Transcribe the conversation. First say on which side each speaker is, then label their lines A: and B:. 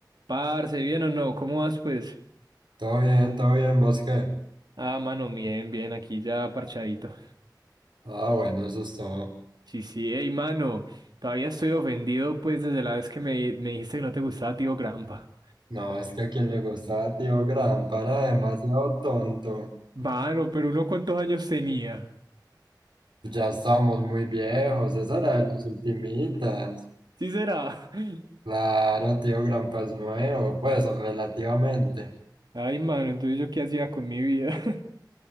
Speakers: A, on the right; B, on the right.
A: Parce, ¿bien o no? ¿Cómo vas, pues?
B: Todo bien, todo bien, ¿vos qué?
A: Ah, mano, bien, bien, aquí ya parchadito.
B: Ah, bueno, eso es todo.
A: Sí, sí, hey, mano, todavía estoy ofendido, pues, desde la vez que me, me dijiste que no te gustaba Tío Grampa.
B: No, es que a quien le gustaba Tío Grampa era demasiado tonto.
A: Mano, pero uno cuántos años tenía.
B: Ya estamos muy viejos, esa era de las ultimitas.
A: Sí será. <laughs>
B: Claro, Tío Grampa es nuevo, pues, o relativamente.
A: Ay, mano, entonces yo qué hacía con mi vida.